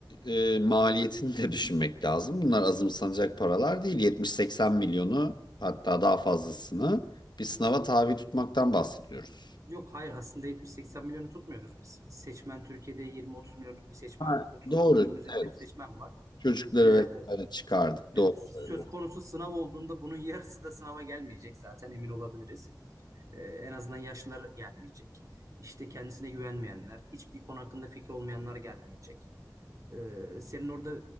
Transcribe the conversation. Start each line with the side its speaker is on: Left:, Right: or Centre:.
Left: e, maliyetini de düşünmek lazım. Bunlar azımsanacak paralar değil. 70-80 milyonu hatta daha fazlasını bir sınava tabi tutmaktan bahsediyoruz.
Right: Yok hayır aslında 70-80 milyonu tutmuyoruz biz. Seçmen Türkiye'de 20-30 milyonluk bir seçmen,
Left: Ha,
Right: 30
Left: Doğru.
Right: milyonun üzerinde
Left: Evet.
Right: bir seçmen var.
Left: Çocukları
Right: Ee,
Left: vesaire çıkardık. Doğru
Right: söz
Left: söylüyorum.
Right: konusu sınav olduğunda bunun yarısı da sınava gelmeyecek zaten emin olabiliriz. Ee, en azından yaşlılar gelmeyecek. İşte kendisine güvenmeyenler, hiçbir konu hakkında fikri olmayanlar gelmeyecek. Ee, senin orada